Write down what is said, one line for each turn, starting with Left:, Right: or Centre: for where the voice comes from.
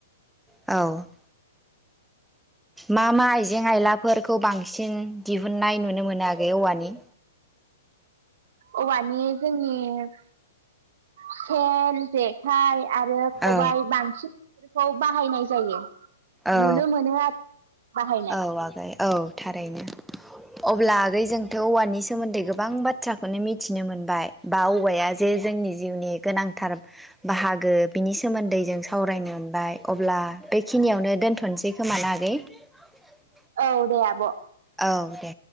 Centre: औ मा मा आइजें आइलाफोरखौ बांसिन दिहुनन्नाय नुनो मोनो आगै औवानि
Right: औवानि जोंनि सेन जेखाइ आरो खबाइ
Centre: औ
Right: बांसिन खौ बाहायनाय जायो
Centre: औ
Right: नुनो मानो आरो बाहायनाय
Centre: औ आगै औ थारैनो अब्ला आगै जोंथ' औवानि सोमोन्दै गोबां बाथ्राखौनो मिथिनो मोनबाय बा औवाया जे जोंनि जिउनि गोनांथार बाहागो बिनि सोमोन्दै जों सावरायनो मोनबाय अब्ला बेखिनियावनो दोनथ'नोसै खोमाना आगै औ
Right: औ दे आब'
Centre: औ दे